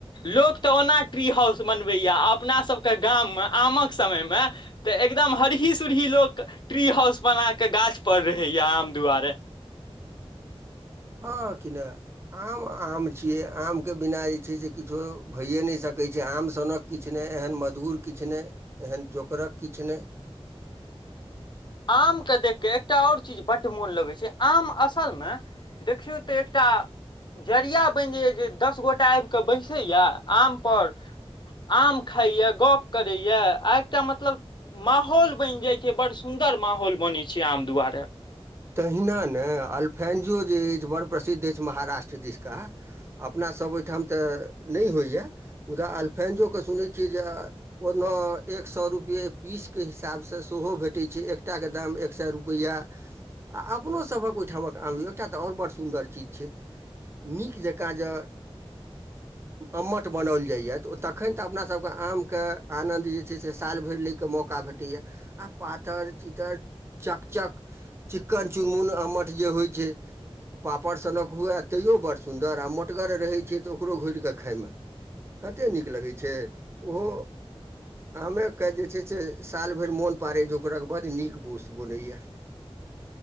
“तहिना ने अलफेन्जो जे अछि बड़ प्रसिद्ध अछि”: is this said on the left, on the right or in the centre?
Right